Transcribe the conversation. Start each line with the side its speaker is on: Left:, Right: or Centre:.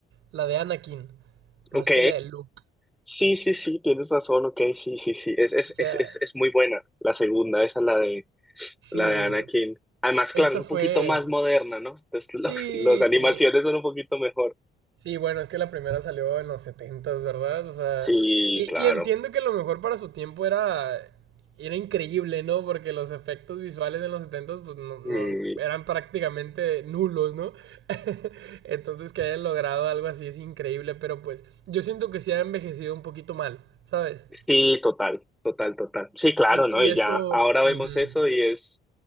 Right: la de Anakin, más
Centre: ok.
Right: que la de Luke.
Centre: Sí, sí, sí, tienes razón, ok, sí, sí, sí. Es, es, es,
Right: Ya,
Centre: es, es muy buena la segunda, esa la de,
Right: sí,
Centre: la de Anakin. Además, claro,
Right: esa
Centre: es un
Right: fue...
Centre: poquito más moderna, ¿no? Entonces, <laughs> los,
Right: Sí,
Centre: las animaciones
Right: sí,
Centre: son un poquito mejor.
Right: Sí, bueno, es que la primera salió en los setentas, ¿verdad? O sea,
Centre: Sí,
Right: y,
Centre: claro.
Right: y entiendo que lo mejor para su tiempo era, era increíble, ¿no? Porque los efectos visuales en los 70 pues no, no-
Centre: Sí,
Right: eran prácticamente nulos, ¿no? <laughs> Entonces que hayan logrado algo así es increíble, pero pues yo siento que sí ha envejecido un poquito mal, ¿sabes?
Centre: sí, total, total, total. Sí, claro,
Right: Y,
Centre: ¿no? Y
Right: y eso,
Centre: ya, ahora vemos
Right: ujú,
Centre: eso y es...